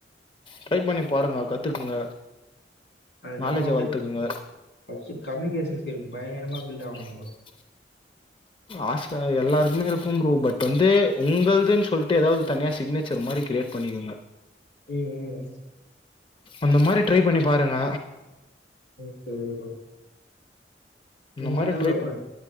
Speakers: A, on the left; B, on the left.
A: ட்ரை பண்ணி பாருங்க கத்துக்குங்க
B: அதுக்கப்பம்மா
A: நாலேஜ
B: அப்டியே
A: வளத்துக்குங்க
B: ஃபர்ஸ்ட் கம்யூனிகேஷன் ஸ்கில் பயங்கரமா பில்ட்
A: உ
B: ஆகணும் ப்ரோ
A: ஆச எல்லாருக்குமே இருக்கும் ப்ரோ பட் வந்து உங்கள்துன்னு சொல்ட்டு எதாவது தனியா சிக்னேச்சர் மாரி கிரியேட் பண்ணிக்கங்க
B: ம் ம்
A: அந்த மாரி ட்ரை பண்ணி பாருங்க
B: ஓகே ப்ரோ
A: இந்த
B: நீங்க
A: மாரி
B: என்ன
A: ட்ரை
B: ப்ரோ பண்